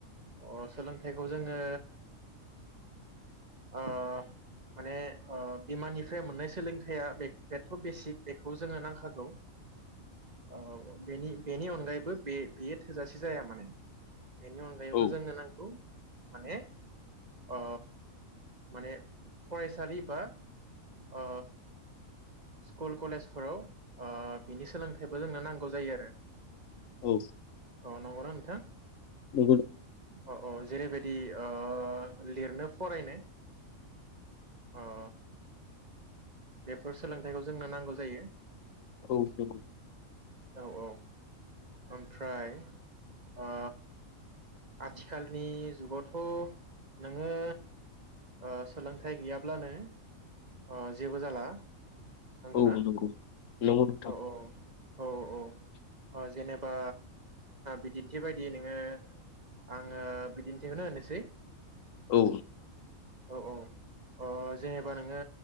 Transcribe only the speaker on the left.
औ
औ
ओ
औ नंगौ
औ नंगौ नंगौ नोंथां।
औ